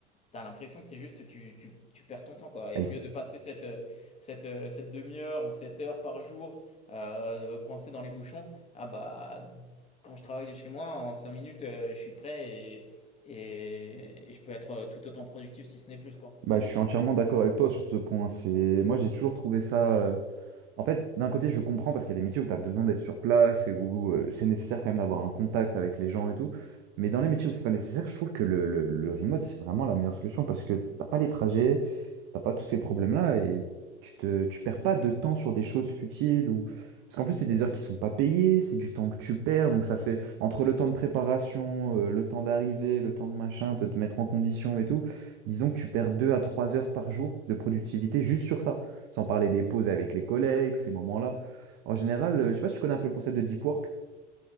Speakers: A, on the left; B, on the right.
A: t'as l'impression que c'est juste tu tu tu perds ton temps, quoi et
B: Et-
A: au lieu de passer cette, heu, cette, heu, cette demi heure ou cette heure par jour, heu, coincé dans les bouchons, ah bah, quand je travaille de chez moi en 5 minutes, heu, je suis prêt et et et je peux être, heu, tout autant productif si ce n'est plus, quoi.
B: bah, je suis entièrement d'accord avec toi sur ce point. C'est... Moi j'ai toujours trouvé ça. euh, En fait, d'un côté, je comprends parce qu'il y a des métiers où tu as besoin d'être sur place et où euh, c'est nécessaire quand même d'avoir un contact avec les gens et tout. Mais dans les métiers où c'est pas nécessaire, je trouve que le, le- le remote, c'est vraiment la meilleure solution parce que t'as pas les trajets, t'as pas tous ces problèmes-là et tu te, tu perds pas de temps sur des choses futiles ou... Parce qu'en plus, c'est des heures qui sont pas payées, c'est du temps que tu perds, donc ça fait entre le temps de préparation, euh, le temps d'arrivée, le temps de machin, te, te mettre en condition et tout, disons que tu perds deux à trois heures par jour de productivité juste sur ça. Sans parler des pauses avec les collègues, ces moments-là. En général, euh, je sais pas si tu connais un peu le concept de deep work.